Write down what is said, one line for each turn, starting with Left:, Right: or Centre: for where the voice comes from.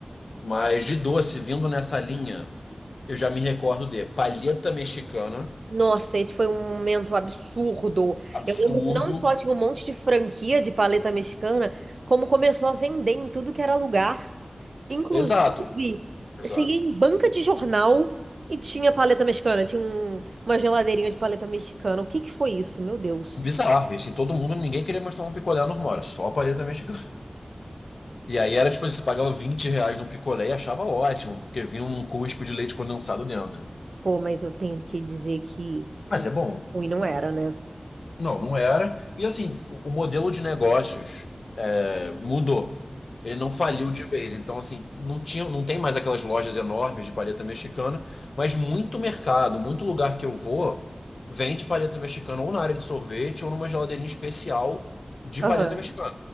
Left: Mas de doce, vindo nessa linha, eu já me recordo de palheta mexicana,
Right: Nossa, esse foi um momento absurdo.
Left: absurdo.
Right: Eu lembro que não só tinha um monte de franquia de paleta mexicana, como começou a vender em tudo que era lugar. Inclusive,
Left: Exato, exato.
Right: você ia em banca de jornal e tinha paleta mexicana. Tinha um- uma geladeirinha de paleta mexicana. O que que foi isso? Meu Deus.
Left: Bizarro, e assim, todo mundo, ninguém queria mais tomar um picolé normal, era só a palheta mexicana. E aí era tipo assim, você pagava 20 reais num picolé e achava ótimo, porque vinha um cuspe de leite condensado dentro.
Right: Pô, mas eu tenho que dizer que
Left: Mas é bom,
Right: ruim não
Left: é bom.
Right: era, né?
Left: Não, não era. E assim, o o modelo de negócios é, mudou. Ele não faliu de vez. Então, assim, não tinha, não tem mais aquelas lojas enormes de paleta mexicana, mas muito mercado, muito lugar que eu vou, vende paleta mexicana ou na área de sorvete ou numa geladeirinha especial de
Right: Aham,
Left: paleta mexicana.